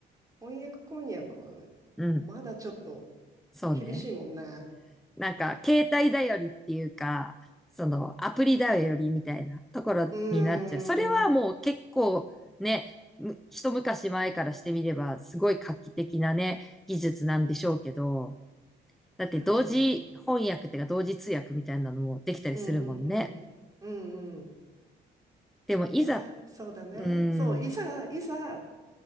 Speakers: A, on the right (about 15°); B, in the centre.
A: 翻訳こんにゃく、
B: うん、
A: まだちょっと
B: そうね。
A: 厳しいもんね。
B: なんか、携帯頼りっていうか、その、アプリ頼りみたいなところになっちゃう。
A: うーん。
B: それはもう結構ね、
A: い
B: む一昔前からしてみれば、すごい画期的なね、技術なんでしょうけど、だって同時翻訳っていうか同時通訳みたいなのもできたりするもんね。
A: や、でも、うんうんうん。うんうん。
B: でもいざ、
A: いや、そうだね。
B: うん、
A: そう、いざ、いざ、